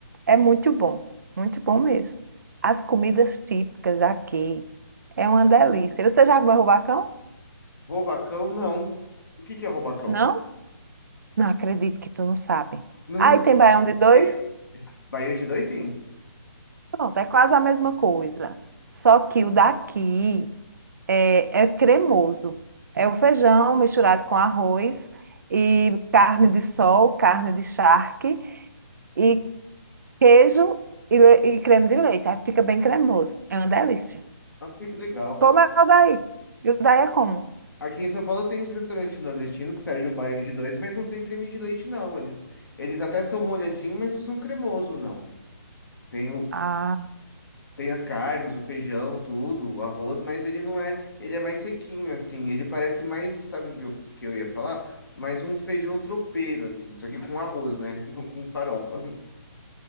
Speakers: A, on the right; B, on the left.
A: É muito bom, muito bom mesmo. As comidas típicas aqui é uma delícia. Você já comeu rubacão?
B: Robacão, não. O que que é Robacão?
A: Não? Não acredito que tu não sabe.
B: Não
A: Aí tem baião
B: sei.
A: de dois?
B: Baião de dois, sim.
A: Pronto, é quase a mesma coisa. Só que o daqui é, é cremoso. É o feijão misturado com arroz e carne de sol, carne de charque e queijo e, le- e creme de leite. Aí fica bem cremoso. É uma delícia.
B: Ah, que legal.
A: Como é o daí? E o daí é como?
B: Aqui em São Paulo tem os restaurantes nordestinos que servem o baião de dois, mas não tem creme de leite, não. Eles, eles até são molhadinhos, mas não são cremoso, não. Tem, o,
A: Ah,
B: tem as carnes, o feijão, tudo, o arroz, mas ele não é. Ele é mais sequinho, assim. Ele parece mais, sabe o que eu, que eu ia falar? Mais um feijão tropeiro, assim. Só que com arroz, né? <laughs> Não com farofa. <laughs>